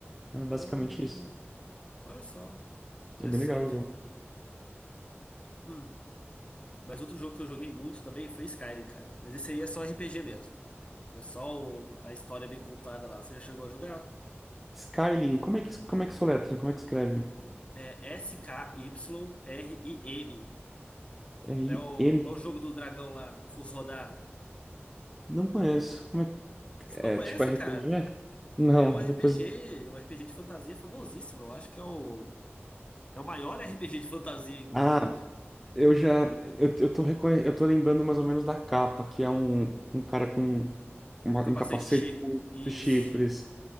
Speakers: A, in the centre; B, on the left.
A: É basicamente
B: Hum,
A: isso.
B: olha só, interessante.
A: É bem legal o jogo.
B: Hum. Mas outro jogo que eu joguei muito também foi Skyrim, cara. Mas esse aí é só RPG mesmo. É só o- a história bem contada lá. Você já chegou a jogar?
A: Skyrim, como é que, como é que soletra? Como é que escreve?
B: É S-K-Y-R-I-M.
A: R-M?
B: É o, é o jogo do dragão lá, do Fus Rodar.
A: Não conheço. Como é, que-
B: Você
A: é
B: não conhece,
A: tipo RPG?
B: cara?
A: Não,
B: É um
A: depois.
B: RPG, um RPG de fantasia famosíssimo. Eu acho que é o, é o maior RPG de fantasia, inclusive.
A: Ah, eu já. Eu, eu tô, reconhe... eu tô lembrando mais ou menos da capa, que é um, um cara com uma-
B: Com capacete
A: um capacete
B: X.
A: com
B: Isso.
A: os chifres.